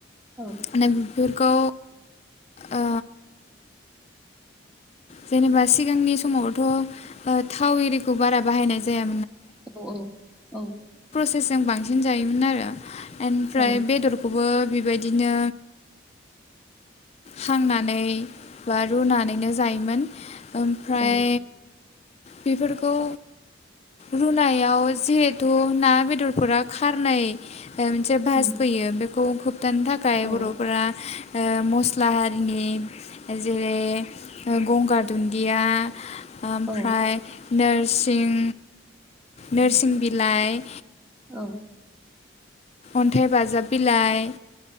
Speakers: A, in the centre; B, on the left.
A: औ
B: माने बेफोरखौ ओ जेनेबा सिगांनि समावथ' ओ थाव एरिखौ बारा बाहायनाय जाया
A: औ औ औ
B: सजों बांसिन जायोमोन आरो एनफ्राय
A: औ
B: बेदरखौबो बेबायदिनो हांनानै बा रुनानैनो जायोमोन ओमफ्राय
A: औ
B: बेफोरखौ रुनायाव जिहेथु ना बेदरफोरा खारनै मोनसे भास
A: उम
B: फैयो बे <unintelligible> दान थाखाय
A: औ
B: बर'फोरा ओ मस्ला हारिनि जेरै गंगार दुन्दिया आमफ्राय
A: औ
B: नोरसिं नोरसिं बिलाइ
A: औ
B: अन्थाइ बाजाब बिलाइ